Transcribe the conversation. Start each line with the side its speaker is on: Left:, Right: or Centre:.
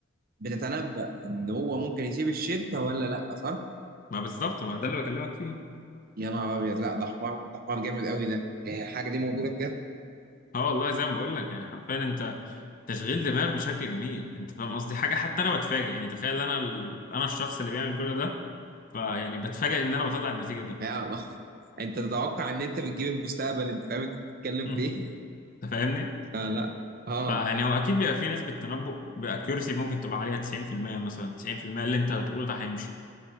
Right: بتتنبأ ان هو ممكن يسيب الشتا ولا لا صح؟
Left: ما بالظبط ما ده اللي بكلمك فيه
Right: يا نهار ابيض لا ده حوار ده حوار جامد قوي ده هي الحاجه دي موجوده بجد؟
Left: اه والله زي ما بقول لك يعني حرفيا انت تشغيل دماغ بشكل جميل انت فاهم قصدي حاجه حتى انا بتفاجئ يعني تخيل انا ال... انا الشخص اللي بيعمل كل ده فيعني بتفاجئ ان انا بطلع النتيجه دي
Right: يا الله <laughs> انت تتوقع ان انت بتجيب المستقبل انت فاهم انت بتتكلم
Left: <laughs> مم.
Right: في ايه؟ <laughs>
Left: انت فاهمني
Right: آه لا اه
Left: فيعني هو اكيد بيبقى فيه نسبه تنبؤ باكيورسي ممكن تبقى عليها 90% مثلا 90% اللي انت بتقوله ده هيمشي